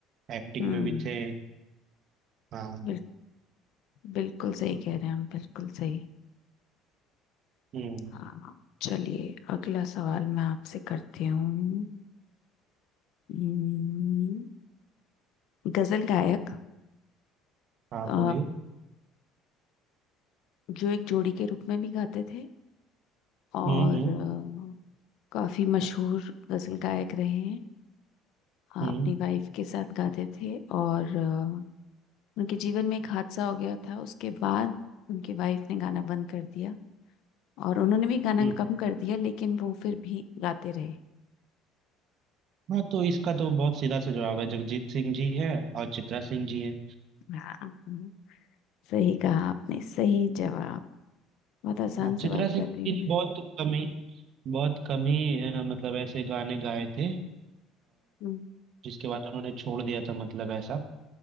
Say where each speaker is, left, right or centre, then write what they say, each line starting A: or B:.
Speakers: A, on the right; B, on the left.
A: एक्टिंग
B: हम्म
A: में भी थे हाँ
B: बिल, बिल्कुल सही कह रहे हैं हम बिल्कुल सही
A: हम्म
B: हाँ चलिए अगला सवाल मैं आपसे करती हूँ हम्म, गजल गायक
A: हाँ
B: अ,
A: बोलिए
B: जो एक जोड़ी के रूप में भी गाते थे और
A: हम्म हम्म
B: अ, काफी मशहूर गजल गायक रहे हैं हाँ,
A: हम्म
B: अपनी वाइफ के साथ गाते थे और अ, उनके जीवन में एक हादसा हो गया था उसके बाद उनकी वाइफ ने गाना बंद कर दिया और उन्होंने भी गाना
A: हम्म।
B: कम कर दिया लेकिन वो फिर भी गाते रहे
A: हाँ तो इसका तो बहुत सीधा सा जवाब है जगजीत सिंह जी है और चित्रा सिंह जी है
B: हाँ हम्म, सही कहा आपने सही जवाब बहुत आसान
A: हाँ चित्रा
B: सवाल
A: सिंह
B: कर रही हूँ
A: जी ने
B: मैं
A: बहुत कम ही बहुत कम ही अ, मतलब ऐसे गाने गाए थे अ,
B: हम्म
A: जिसके बाद उन्होंने छोड़ दिया था मतलब ऐसा